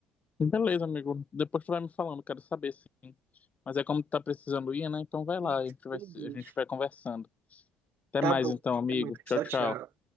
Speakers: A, on the left (about 35°); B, on the right (about 60°).
A: Beleza, amigo. Depois tu vai me falando, quero saber, sim. Mas é como tu tá precisando ir, né? Então vai lá,
B: E,
A: a gente vai,
B: meu
A: se-
B: Deus.
A: a gente vai conversando. Até
B: Tá
A: mais
B: bom.
A: então, amigo.
B: Até mais.
A: Tchau,
B: Tchau,
A: tchau.
B: tchau.